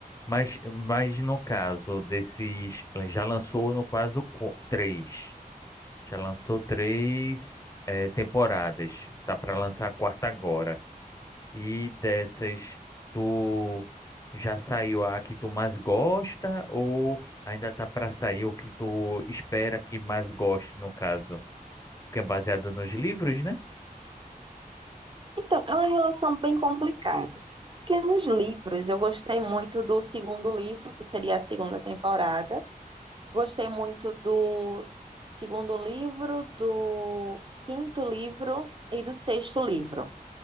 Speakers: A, on the left (about 20°); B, on the right (about 35°).
A: Mas, mas no caso desses. Já lançou, no caso, qu- três. Já lançou três eh, temporadas. Tá para lançar a quarta agora. E dessas, tu já saiu a que tu mais gosta? Ou ainda tá para sair o que tu espera que mais goste, no caso? Porque é baseado nos livros, né?
B: Então, é uma relação bem complicada. Porque nos livros, eu gostei muito do segundo livro, que seria a segunda temporada Gostei muito do segundo livro, do quinto livro e do sexto livro,